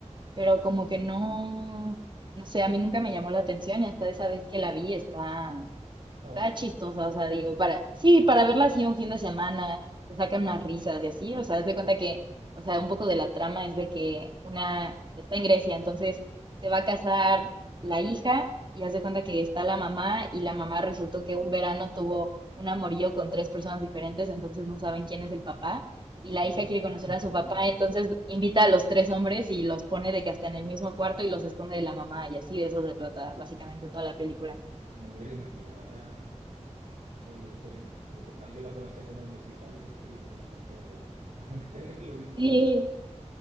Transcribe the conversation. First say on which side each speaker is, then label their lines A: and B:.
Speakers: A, on the right; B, on the right.
A: pero como que no, no sé, a mí nunca me llamó la atención y hasta esa vez que la vi está,
B: Está buena.
A: Está chistosa, o sea, digo, para, sí, para verla así un fin de semana, te sacan unas risas y así, o sea, haz de cuenta que, o sea, un poco de la trama es de que una está en Grecia, entonces se va a casar la hija y haz de cuenta que está la mamá y la mamá resultó que un verano tuvo un amorío con tres personas diferentes, entonces no saben quién es el papá y la
B: Ah.
A: hija quiere conocer
B: <laughs>
A: a su papá, entonces invita a los tres hombres y los pone de que hasta en el mismo cuarto y los esconde de la mamá y así de eso se trata básicamente toda la película.
B: No hubiera imaginado la... como la historia. Eh, ah, Yo la conocía como el musical de este que tiene las canciones de ABBA. <laughs> Es lo único que
A: Sí.
B: se me ocurre.